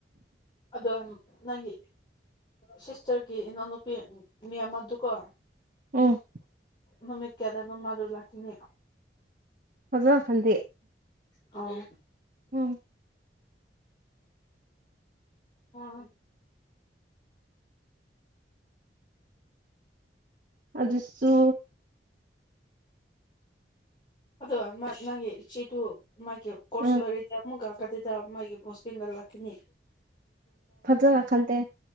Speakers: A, on the left; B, on the right.
A: ꯑꯗꯣ ꯅꯪꯒꯤ ꯁꯤꯁꯇꯔꯒꯤ ꯏꯅꯥꯎꯅꯨꯄꯤ ꯃꯤꯌꯥꯝꯀꯣ
B: ꯎ
A: ꯅꯃꯤ ꯀꯦꯗꯅꯣ ꯃꯥꯗꯨ ꯂꯀꯤꯅꯤ
B: ꯐꯖꯥ ꯈꯪꯗꯦ
A: ꯑꯥꯎ
B: ꯎꯝ
A: ꯎ ꯑꯝ
B: ꯑꯗꯨꯁꯨ
A: ꯑꯗꯣ ꯃ ꯅꯪꯒꯤ ꯏ ꯆꯦꯗꯨ ꯃꯥꯒꯤ ꯀꯣꯔꯁ
B: ꯎꯝ
A: ꯂꯣꯏꯔꯤꯗꯤ ꯑꯃꯨꯛꯥꯛꯀꯗꯗ ꯃꯥꯒꯤ ꯍꯣꯁꯇꯤꯡꯗ ꯂꯥꯛꯀꯅꯤ
B: ꯐꯖꯅ ꯈꯟꯗꯦ